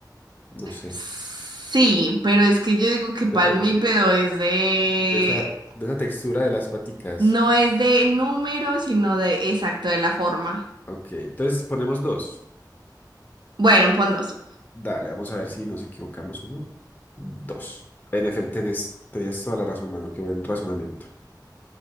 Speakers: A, on the left; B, on the right.
A: No sé.
B: Sí, pero es que yo digo que
A: De
B: palmípedo
A: pronto.
B: es de
A: De esa, de esa textura de las paticas.
B: No es de número, sino de exacto, de la forma.
A: Ok. Entonces ponemos dos.
B: Bueno, pon dos.
A: Dale, vamos a ver si nos equivocamos o no. Dos. En efecto, tenés- tenías toda la razón, mano. Qué buen razonamiento.